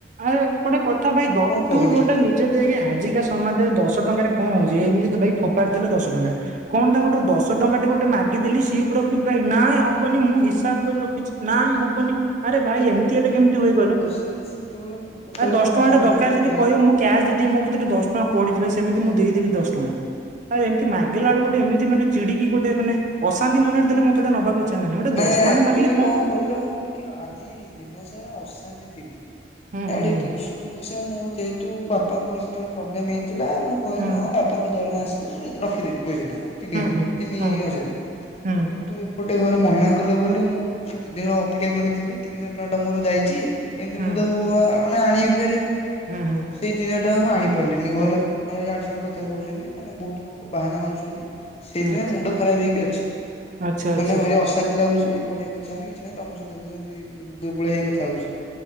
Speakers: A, on the right; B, on the left.
A: ଆଏଇ ଗୋଟେ କଥା ଭାଇ ଦ
B: କହିଦେଲି।
A: ତୁ ଗୋଟେ ନି ଜେ ଦେଖେ ଆଜିକା ସମାଜରେ ଦଶ ଟଙ୍କାରେ କଣ ହଉଛି ଏମିତି ତ ଭାଇ ଫୋପାଡି ଦେଲେ ଦଶ ଟଙ୍କା। କଣ ତାଙ୍କଠୁ ଦଶ ଟଙ୍କା ଟେ ଗୋଟେ ମାଗିଦେଲି ସିଏ ପୁରା ପୁରି ନାଇଁ ହବନି ମୁଁ ହିସାବ କରି ରଖିଛି। ନାଇଁ ହବନି ଆରେ ଭାଇ ଏମିତି ହେଲେ କେମିତି ହୁଏ କହିଲ?
B: ଯେ ସେତେବେଳେ କେତେବେଳେ
A: ଆଉ ଦଶ
B: କଣ
A: ଟଙ୍କା
B: ମନ
A: ଟା ଦରକାର
B: ହୁଏ
A: ଯଦି
B: କହିଦିଏ।
A: କହିବ ମୁଁ କ୍ୟାସ ଦେଇଦି ମୋ କତି ରେ ଦଶ ଟଙ୍କା ପଡିଛି ଭାଇ ସେମିତି ମୁଁ ଦେଇଦେବି ଦଶ ଟଙ୍କା। ଆଏ ଏମିତି ମାଗିଲା ଳୁ କୁ ଗୋଟେ ଏମିତି ମାନେ ଚିଡିକି ଗୋଟେ ମାନେ ଅଶାନ୍ତି ମନରେ ଦେଲେ ମତେଟା ନବାକୁ ସାମାନ୍ୟ ଗୋଟେ
B: ନାଇଁ
A: ଦଶ ଟଙ୍କା
B: ଆକ୍ଚୁଆଲି
A: ଟେ ମାଗିଲି କଣ
B: କହିଲ ମୁଁ ଟିକେ ଆଜି ଦିନସାରା ଅଶାନ୍ତି ଥିଲି
A: ହୁଁ ହୁଁ
B: ଆଡ଼େ ଟିଉସନ୍ ପଇସା ମୋର ଯେହେତୁ ବାପାଙ୍କର ସେତେବେଳେ ପ୍ରୋବ୍ଲେମ୍ ହେଇ ଥିଲା ମୁଁ କହିଲି
A: ହୁଁ
B: ହଁ ବାପାଙ୍କ ଦରମା ଆସିଲେ ମୁଁ ରଖିଦେବି ପଇସାଟା ତିନି
A: ହୁଁ
B: ତିନି
A: ହୁଁ
B: ହଜାର।
A: ହୁଁ
B: କିନ୍ତୁ ଏପଟେ ଘରେ ମନା କଲେ ବୋଲି ମୁଁ ଏତେ ଦିନ ଅପେକ୍ଷା କରିଥିଲି ତିନିଶ ଟଙ୍କା ଟା ମୋର ଯାଇଛି କେମିତି
A: ହୁଁ ହୁଁ
B: ମୁଁ ତାକୁ ଆ -ମାନେ ଆଣିବି ଫେରେ?
A: ହୁଁ ହୁଁ।
B: ସେଇ ତିନିହଜାର ଟା ମୁଁ ଆଣିପାରିଲିନି ଘରେ ମାନେ ଆଡୁ ସୁଆଡ଼ୁ କଥା କହୁଛନ୍ତି ମାନେ ବହୁତ ବାହାନା ମାରୁଛନ୍ତି। ସେଇଥିପାଇଁ
A: ଆଚ୍ଛା
B: ମୁଣ୍ଡ ଖରାପ ହେଇକି ଅଛି
A: ଆଚ୍ଛା ଆଚ୍ଛା
B: ମାନେ ଭାରି ଅସୁ ଶାନ୍ତି ଲାଗୁଛି ପଢେଇଆକୁ ଇଚ୍ଛା ହଉନି କିଛି ନାହିଁ ତମ ସ ଏନ୍ତି ଦୁର୍ବଳ ହେଇ କଥା ହଉଛି।